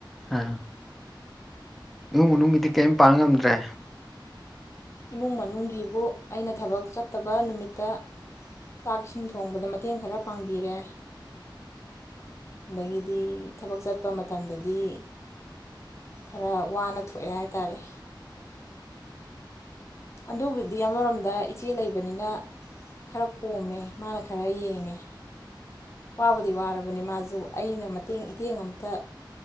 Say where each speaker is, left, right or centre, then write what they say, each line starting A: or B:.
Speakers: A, in the centre; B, on the left.
A: ꯑ ꯏꯃꯨꯡ ꯃꯅꯨꯡꯒꯤꯗꯤ ꯀꯔꯤꯝ ꯄꯥꯡ ꯉꯝꯗ꯭ꯔꯦ
B: ꯏꯃꯨꯡ ꯃꯅꯨꯡꯒꯤꯕꯨ ꯑꯩꯅ ꯊꯕꯛ ꯆꯠꯇꯕ ꯅꯨꯃꯤꯠꯇ ꯆꯥꯛꯁꯤꯡ ꯊꯣꯡꯕꯗ ꯃꯇꯦꯡ ꯈꯔ ꯄꯥꯡꯕꯤꯔꯦ ꯑꯗꯒꯤꯗꯤ ꯊꯕꯛ ꯆꯠꯄ ꯃꯇꯝꯗꯗꯤ ꯈꯔ ꯋꯥꯅ ꯊꯣꯛꯑꯦ ꯍꯥꯏꯇꯥꯥꯔꯦ ꯑꯗꯨꯕꯨꯗꯤ ꯑꯃꯔꯣꯝꯗ ꯏꯆꯦ ꯂꯩꯕꯅꯤꯅ ꯈꯔ ꯀꯣꯝꯃꯦ ꯃꯥꯅ ꯈꯔ ꯌꯦꯡꯉꯦ ꯋꯥꯕꯨꯗꯤ ꯋꯥꯔꯕꯅꯤ ꯃꯥꯁꯨ ꯑꯩꯅ ꯃꯇꯦꯡ ꯏꯇꯦꯡ ꯑꯝꯇ